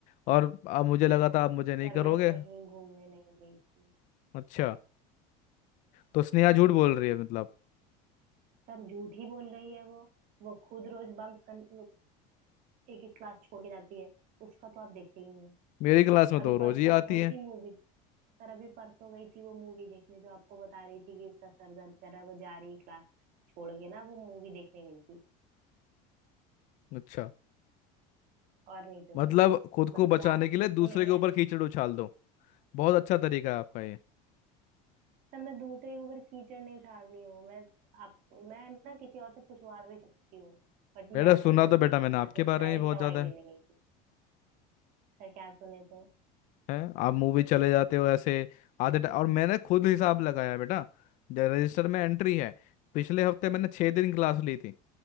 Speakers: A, on the left; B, on the right.
A: और अब मुझे लगा था आप मुझे नहीं
B: सर
A: करोगे
B: मैं कहीं घूमने नहीं गई थी
A: अच्छा
B: हाँ
A: तो स्नेहा
B: सर
A: झूठ बोल रही है मतलब
B: सर झूठ ही बोल रही है वो वो खुद रोज बंक कर एक एक क्लास छोड़ के जाती है उसका तो आप देखते ही नहीं है
A: मेरी क्लास में
B: अभी
A: तो रोज
B: परसों
A: ही
B: वो
A: आती
B: गई
A: है
B: थी मूवी सर अभी परसों गई थी वो मूवी देखने जो आपको बता रही थी कि इसका सर दर्द कर रहा है वो जा रही है क्लास छोड़ के ना वो मूवी देखने गई थी
A: अच्छा
B: और नहीं तो
A: मतलब
B: क्या
A: खुद
B: बट
A: को बचाने
B: सर आप
A: के लिए
B: उसको
A: दूसरे
B: नहीं
A: के
B: डांटेंगे
A: ऊपर कीचड़ उछाल दो बहुत अच्छा तरीका है आपका ये
B: सर मैं दूसरे के ऊपर कीचड़ नहीं उछाल रही हूँ मैं आप मैं ना किसी और से पूछवा भी सकती हूँ बट
A: बेटा
B: मैं कहीं
A: सुना
B: नहीं
A: तो बेटा
B: गई थी
A: मैंने आपके
B: मैं तो
A: बारे
B: डायरेक्ट
A: में बहुत
B: दवाई
A: ज्यादा
B: लेने
A: है,
B: गई थी सर क्या सुने थे
A: है? आप मूवी चले जाते हो ऐसे आधे टा- और मैंने खुद हिसाब लगाया बेटा ज- रजिस्टर में एंट्री है पिछले हफ्ते मैंने छह दिन क्लास ली थी